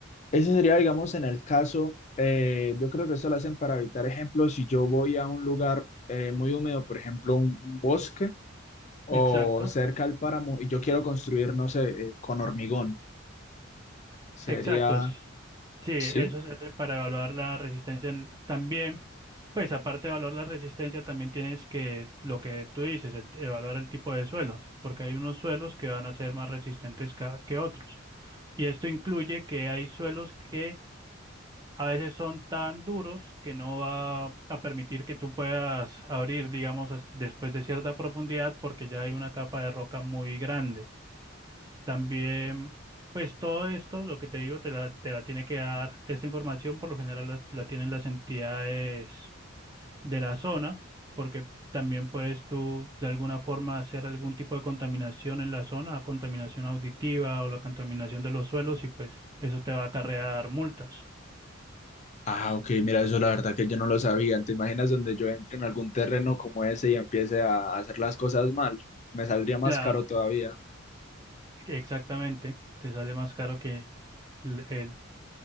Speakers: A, on the left; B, on the right.
A: ese sería, digamos, en el caso, eh, yo creo que eso lo hacen para evitar ejemplos, si yo voy a un lugar eh, muy húmedo, por ejemplo, un un bosque o
B: Exacto,
A: cerca al páramo y yo quiero construir, no sé, eh, con hormigón, sería,
B: exacto. s- Sí, eso
A: sí.
B: se hace para evaluar la resistencia. en- También, pues aparte de evaluar la resistencia, también tienes que, lo que tú dices, el- evaluar el tipo de suelos, porque hay unos suelos que van a ser más resistentes ca- que otros. Y esto incluye que hay suelos que a veces son tan duros que no va a permitir que tú puedas abrir, digamos, as- después de cierta profundidad porque ya hay una capa de roca muy grande. También, pues todo esto, lo que te digo, te la, te la tiene que dar esta información, por lo general las- la, tienen las entidades de la zona, porque también puedes tú de alguna forma hacer algún tipo de contaminación en la zona, contaminación auditiva o la contaminación de los suelos y pues eso te va a acarrear multas.
A: Ah, ok, mira, eso la verdad que yo no lo sabía. ¿Te imaginas donde yo entre en algún terreno como ese y empiece a hacer las cosas mal? Me saldría más
B: Claro.
A: caro todavía.
B: que Exactamente, te sale más caro que el, el-